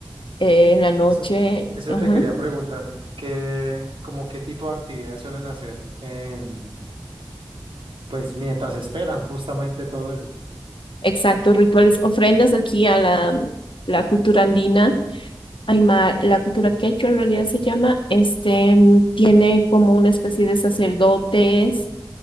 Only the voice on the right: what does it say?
eso, eso
te quería preguntar, ¿qué, como qué tipo de actividades suelen hacer en, pues mientras esperan justamente todo eso?